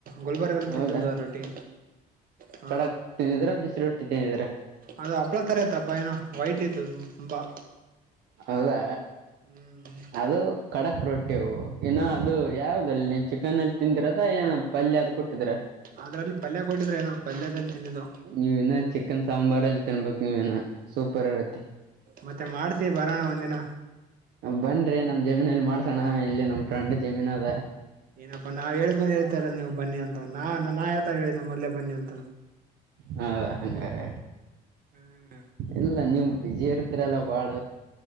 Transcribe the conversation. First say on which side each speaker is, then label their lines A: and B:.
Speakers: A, on the right; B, on the right.
A: ಗುಲ್ಬರ್ಗಳು
B: ಹೌದಾ
A: ತಿಂದಿದ್ದ ರೊಟ್ಟಿ ಹ
B: ಖಡಕ್ ತಿಂದಿದ್ರ ಬಿಸಿ ರೊಟ್ಟಿ ತಿಂದಿದ್ರ
A: ಅದು ಹಪ್ಳ ತರತಪ್ಪ ಏನು ವೈಟ್ ಇದ್ದ ತುಂಬಾ
B: ಹೌದಾ
A: ಹ್ಮ್
B: ಅದು ಕಡಕ್ ರೊಟ್ಟಿ ಇನ್ನ ಅದು ಯಾವ್ದಲ್ಲಿ ನೀ ಚಿಕನ್ ಅಲ್ಲಿ ತಿಂದಿರದ ಏನ ಪಲ್ಯ ಅದ ಕೊಟ್ಟಿದ್ರ
A: ಅದ್ರಲ್ಲಿ ಪಲ್ಯ ಕೊಟ್ಟಿದ್ರೆ ನಾವು ಪಲ್ಯದಲ್ಲಿ ತಿಂದಿದ್ದು
B: ನೀವ ಇನ್ನ ಚಿಕನ್ ಸಾಂಬಾರ್ ಅಲ್ಲಿ ತನ್ಬೇಕು ನೀವೇನ ಸೂಪರ್ ಇರತ್ತೆ
A: ಮತ್ತೆ ಮಾಡ್ಸ ಬರೋಣ ಒಂದ್ಜಿನ
B: ಬನ್ರೈ ನಮ್ ಜಮೀನಲ್ಲಿ ಮಾಡ್ಸೋಣ ಇಲ್ಲಿ ನಮ್ ಫ್ರಂಡ್ ಜಮೀನ್ ಅದ
A: ಏನಪ್ಪಾ ನಾವ್ ಹೇಳಿದ್್ಮೇಲೆ ಹೇತಾರ ನೀವು ಬನ್ನಿ ಅಂತ ನಾ ನಾ ಯಾವತ ಹೇಳಿದ್ದೇನೆ ಮೊದಲೇ ಬನ್ನಿ ಅಂತ
B: ಹೌ ಹ
A: ಹ್ಮ್
B: ಇಲ್ಲ ನೀವು ಬಿಝಿ ಇರ್ತರಲ್ಲ ಬಾಳ